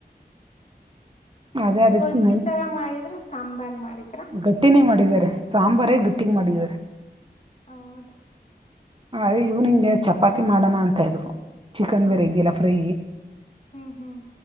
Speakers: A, on the right (about 30°); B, on the left (about 45°).
A: ಅದೇ ಅದಕ್ಕೆ
B: ಗೊಜ್ಜಿ ತರ ಮಾಡಿದ್ರ ಸಾಂಬಾರ್ ಮಾಡಿದ
A: ಗಟ್ಟಿನೇ ಮಾಡಿದ್ದಾರೆ ಸಾಂಬಾರೇ ಗಟ್ಟಿಗೆ ಮಾಡಿದ್ದಾರೆ.
B: ಹೌದ.
A: ಅ ಈವನಂಗ. ಚಪಾತಿ ಮಾಡೋಣ ಅಂತ ಇದ್ರು. ಚಿಕನ್
B: ಹ್ಮ್
A: ಬೇರೆ ಇದಲ್ಲ ಫ್ರೈ
B: ಹ್ಮ್ ಹ್ಮ್